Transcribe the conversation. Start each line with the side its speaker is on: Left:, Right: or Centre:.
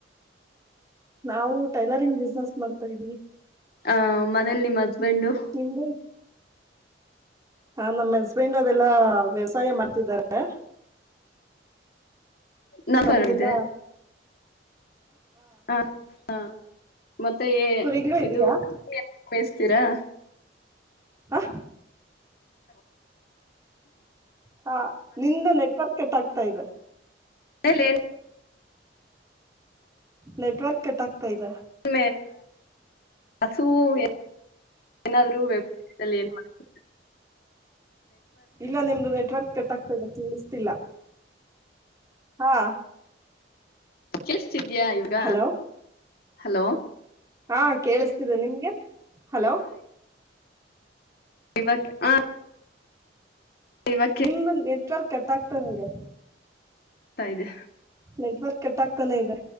Right: ನಾವು ಟೈಲರಿಂಗ್ ಬಿಸ್ನೆಸ್ ಮಾಡ್ತೀನಿ ತಾಯಿದಿ
Left: ಹ ಮನೇಲಿ ನಿಮಜ್ಜ್ ಬೆಂಡು
Right: ನಿಮ್ದು ಹ ನಮ್ಮ ಹಸ್ಬೆಂಡ್ ಅದೆಲ್ಲಾ ವ್ಯವಸಾಯ ಮಾಡ್ತಿದಾರೆ
Left: ನಾ
Right: ನಮ್ದೆಲ್ಲಾ
Left: ಪರಮಿದೆ ಹ ಹ ಮತ್ತೆ
Right: ಕುರಿಗ್ಲೂ ಇದೆಯಾ
Left: ಇದು ಬೇಯಿಸ್ತೀರಾ
Right: ಹ ಹಾ ನಿಂದ ನೆಟ್ವರ್ಕ್ ಕೆಟ್ಟಾಗ್ತಾ ಇದೆ
Left: ಹಲೆನ್
Right: ನೆಟ್ವರ್ಕ್ ಕೆಟ್ ಆಗ್ತಾ ಇದೆ
Left: ಒ ಹಸು ಏನಾದ್ರೂ ವದಲ್ಲಿ ಏನ್ಮಾಡ್ತೀರಾ
Right: ಇಲ್ಲ ನಿಮ್ದು ನೆಟ್ವರ್ಕ್ ಕಟ್ ಆಗ್ತಾ ಇದೆ ಕೇಳಸ ತಿಲ ಹಾ
Left: ಚಷ್ಟ ದಿದ್ಯಾ ಈವಗ
Right: ಹಲೋ
Left: ಹಲೋ
Right: ಹಾ ಕೇಳಿಸ್ ಕೇಳಿಸ್ ನಿಮ್ಗೆ ಹಲೋ
Left: ಇವಕ್ ಹ ಇವಾಗ
Right: ನಿಮ್ದನ್ ಕಟ್ಟಾಗ್ತಾನಿದೆ
Left: ತ ಇದೆ
Right: ನೆಟ್ವರ್ಕ್ ಕೆಟ್ಟಾಗಗ್ತಾನೆ ಇದೆ